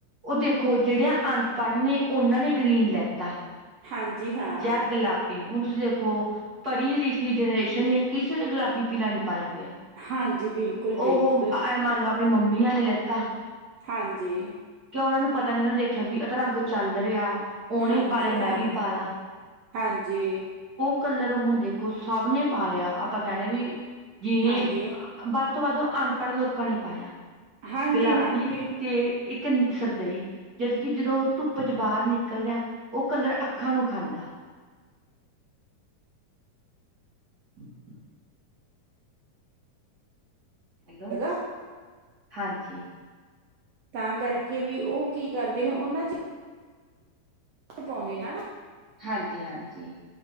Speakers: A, on the right; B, on the right.
A: ਉਹ ਦੇਖੋ ਜਿਹੜਿਆਂ ਅਨਪੜ੍ਹ ਨੇ ਉਹਨਾਂ ਨੇ ਗਰੀਨ ਲੈਤਾ।
B: ਹਾਂਜੀ ਹਾਂ
A: ਜਾਂ ਗੁਲਾਬੀ ਉ ਤੁਸੀਂ ਦੇਖੋ ਪੜ੍ਹੀ ਲਿਖੀ ਜਨਰੇਸ਼ਨ ਨੇ ਕਿਸੇ ਨੇ ਗੁਲਾਬੀ ਪੀਲਾ ਨੀ ਪਾਇਆ ਹੋਇਆ।
B: ਹਾਂਜੀ ਬਿਲਕੁਲ
A: ਉਹੋ
B: ਬਿਲਕੁਲ
A: ਇਹ ਮੰਨ ਲੈ ਆਪਣੀ ਮੰਮੀਆਂ ਨੇ ਲਿੱਤਾ।
B: ਹਾਂਜੀ
A: ਉਹਨਾਂ ਨੂੰ ਪਤਾ ਨੀ ਉਹਨੇ ਦੇਖਿਆ ਵੀ ਇਹ ਤਾਂ ਰੰਗ ਚੱਲ ਰਿਹਾ ਉਹਨੇ
B: ਹਾਂਜੀ
A: ਪਾ ਲਿਆ
B: ਹਾਂ
A: ਮੈਂ ਵੀ ਪਾਲਾਂ।
B: ਹਾਂਜੀ
A: ਕਲਰ ਹੁਣ ਦੇਖੋ ਸਭ ਨੇ ਪਾ ਲਿਆ ਆਪਾਂ ਕਹਿਣਾ ਵੀ ਜਿਹਨੇ
B: ਹਾਂਜੀ
A: ਬਾ ਤੋਂ ਵੱਧ ਉਹ ਅਨਪੜ੍ਹ ਲੋਕਾਂ ਨੇ ਪਾਇਆ
B: ਹਾਂਜੀ
A: ਗੁਲਾਬੀ
B: ਹਾਂ ਬਿਲਕੁਲ
A: ਤੇ ਇੱਕ ਸ਼ਰਦਈ ਜਦ ਕਿ ਜਦੋਂ ਧੁੱਪ 'ਚ ਬਾਹਰ ਨਿਕਲਦੇ ਹਾਂ ਅੱਖਾਂ ਨੂੰ ਖਾਂਦਾ। <inaudible> ਹੈਲੋ
B: ਹੈਗਾ।
A: ਹਾਂਜੀ
B: ਤਾਂ ਕਰਕੇ ਵੀ ਉਹ ਕੀ ਕਰਦੇ ਨੇ ਉਹਨਾਂ 'ਚ ਪਾਉਂਦੇ ਨੇ ਹਨਾ
A: ਹਾਂਜੀ ਹਾਂਜੀ